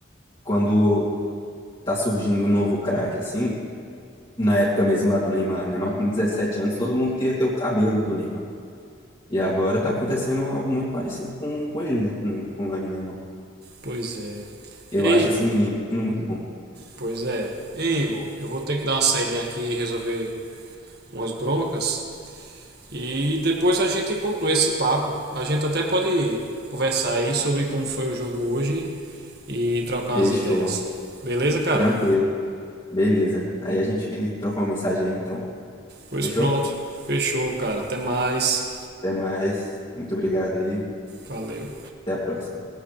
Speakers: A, on the left; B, on the right.
A: quando tá surgindo um novo craque assim, na época mesmo lá do Neymar, Neymar com 17 anos, todo mundo queria ter o cabelo do Neymar. E agora tá acontecendo algo muito parecido com, com ele, né? Com, com o Lamine Yamal.
B: Pois é.
A: Eu
B: Ei,
A: acho esse menino muito bom.
B: pois é. Ei, Igor, eu vou ter que dar uma saída aqui e resolver umas broncas. E depois a gente continua esse papo. A gente até pode conversar aí sobre como foi o jogo hoje e trocar
A: Fechou.
B: umas ideias. Beleza, cara?
A: Tranquilo. Beleza. Aí a gente trocou uma mensagem aí, então.
B: Pois
A: Fechou?
B: pronto. Fechou, cara. Até mais.
A: Até mais. Muito obrigado aí.
B: Valeu.
A: Até a próxima.